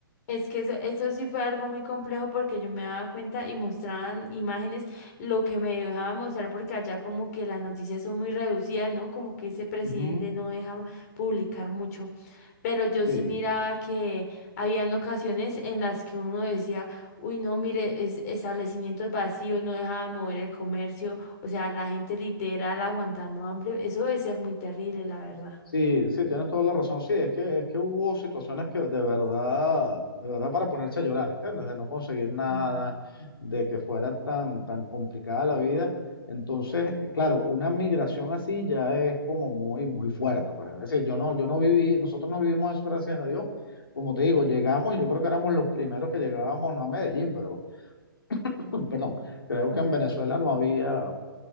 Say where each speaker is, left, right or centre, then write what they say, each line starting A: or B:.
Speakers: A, on the left (about 45°); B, on the left (about 80°).
A: Es que eso, eso sí fue algo muy complejo porque yo me daba cuenta y mostraban imágenes lo que me dejaban mostrar porque allá como que las noticias son muy reducidas, ¿no? Como que ese presidente
B: Ujú.
A: no deja publicar mucho. Pero yo sí
B: Sí.
A: miraba que habían ocasiones en las que uno decía, uy, no, mire, es, establecimientos vacíos, no dejaban mover el comercio, o sea, la gente literal aguantando hambre. Eso debe ser muy terrible, la verdad.
B: Sí, sí, tienes toda la razón. Sí, es que, es que hubo situaciones que de verdad, de verdad para ponerse a llorar, ¿entiendes? De no conseguir nada,
A: Mm,
B: de que fuera tan, tan complicada la vida. Entonces, eh, claro, una migración así ya es como muy, muy fuerte. Pues. Es decir, yo no, yo no viví, nosotros no vivimos eso, gracias a Dios. Como te digo, llegamos, y yo creo que éramos los primeros que llegábamos, no a Medellín, pero, <clears throat> <laughs> perdón, creo
A: no,
B: que
A: tranqui-
B: en Venezuela no había